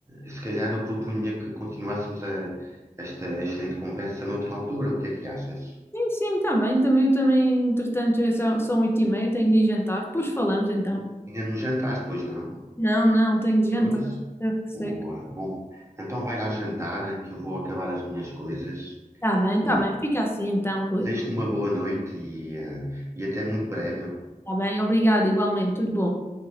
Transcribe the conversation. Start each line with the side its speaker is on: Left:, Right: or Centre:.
Right: se calhar eu propunha que continuássemos a- esta excelente conversa noutra altura. O que é que achas?
Left: Sim, sim, tá bem. Também, eu também, entretanto, já são são oito e meia, tenho de ir jantar. Depois falamos então.
Right: Ainda não jantaste, pois não?
Left: Não, não, tenho de jantar.
Right: Pois?
Left: Eu que seco.
Right: O, ah, bom, então vai lá jantar, que eu vou acabar as minhas coisas
Left: Tá bem, tá
Right: e
Left: bem. Fica assim então, Rui.
Right: Desejo-te uma boa noite e, eh, e até muito breve.
Left: Tá bem, obrigado, igualmente. Tudo bom.